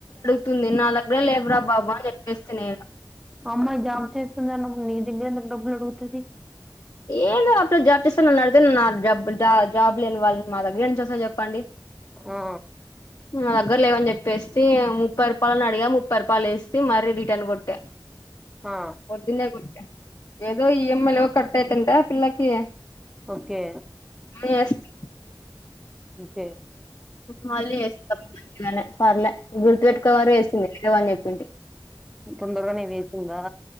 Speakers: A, on the left (about 45°); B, in the centre.
A: తుంది నా దగ్గర లేవురా బాబు అని చెప్పేస్తి నేను
B: ఆ అమ్మాయి జాబ్ చేస్తుంది అన్నప్పుడు నీ దగ్గర ఎందుకు డబ్బులు అడుగుతుది
A: ఏందో ఆ పిల్ల జాబ్ జేస్తు నన్న అడిగితే నా జబ్ జా జాబ్ లేని వాళ్ళ మా దగ్గరేంచి వస్తాయి చెప్పు ప్పండి
B: ఆ
A: నా దగ్గర లేవని జెప్ ప్పేస్తే ముప్పై రూపాయల్ అడిగా ముప్పై రూపాయల్ వేస్తీ మరి రిటర్న్ కొట్టా
B: ఆ
A: పొద్దునే కొట్టా ఏదో ఈ ఎం ఐ లో క అయితుంద పిల్లకి
B: ఓకే
A: వేస్తి
B: అంతే
A: మళ్లీ జేస్త మళ్ళ పర్లే గుర్తుపెట్టుకో కవర్ ఏస్తుంది ఏవని చెప్పింటి
B: తొందరగానే వేసిందా